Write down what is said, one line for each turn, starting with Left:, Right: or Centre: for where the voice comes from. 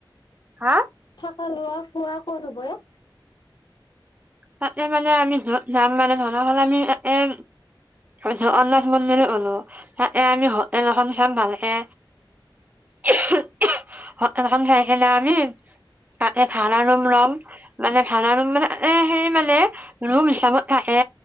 Right: হা!
Left: থাকা, লোৱা-খোৱা ক'ত হ'ব ইয়াত?
Right: তাতে মানে, আমি য'ত যাম মানে, ধৰাহ'লে আমি তাতে, জগন্নাথ মন্দিৰো গলোঁ। তাতে আমি, হোটেল এখন চাম ভালকে। <unintelligible> হোটেলখন চাইকেনে আমি, তাতে, ভাড়া ৰুম ল'ম। মানে, ভাড়া ৰুম মানে, এ, সেৰি মানে, ৰুম হিচাপত থাকে,